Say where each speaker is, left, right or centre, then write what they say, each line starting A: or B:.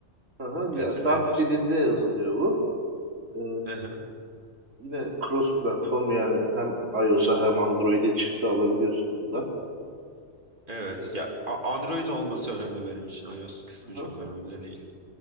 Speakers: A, on the right (about 70°); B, on the right (about 40°).
A: hı hı,
B: Flutter
A: ya Dart
B: nedir?
A: dilinde yazılıyor bu. E,
B: <laughs>
A: yine cross platform yani hem iOS'a hem Android'e çıktı alabiliyorsun bunda.
B: Evet
A: E,
B: ya A- Android olması önemli benim için. iOS kısmı
A: hı hı.
B: çok önemli değil.